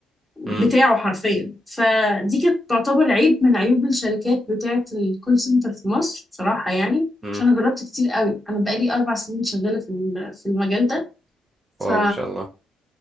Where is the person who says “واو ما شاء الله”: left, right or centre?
Right